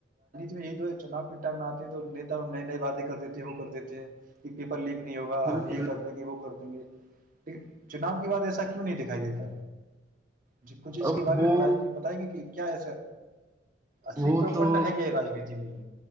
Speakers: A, on the right; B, on the right.
A: میں یہ تو چنا کے ٹائم آتے ہیں تو نیتا نئے نئے وعدے کرتے تھے وہ کر دیتے ہیں کہ پیپر لیکنے ہوگا
B: بالکل
A: ہم یہ کر دیں گے وہ کرتے ل چناؤ کے بع ایسا کیوں نہیں دکھائی دیتا ج کچھ اس
B: اب
A: کے بارے
B: وہ
A: میں بتائیں گے کہ کیا ایسا اصلی
B: وہ
A: پرپنڈ
B: تو
A: ہے کیا یہ رجنیتی میں یہ